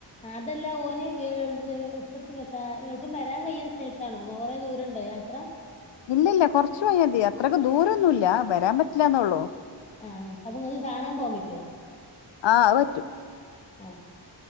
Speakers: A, on the left (about 15°); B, on the left (about 85°).
A: അതെല്ലാ ഓന് എ എ എട്ക്കെട്ക് വ ത എൾപ്പം വരാൻ കയ്യ്ണ സ്ഥലത്താണോ കൊറേ ദൂര ണ്ടോ യാത്ര
B: ഇല്ലില്ല കൊറച്ചു പോയാ മതി അത്രയ്ക്ക്‌ ദൂരൊന്നുല്ല വരാൻ പറ്റില്ലാന്നാെള്ളു
A: ആ അപ്പം നിങ്ങക്ക് കാണാൻ പോവാൻ പറ്റാേ
B: ആ അത് പറ്റും
A: ആ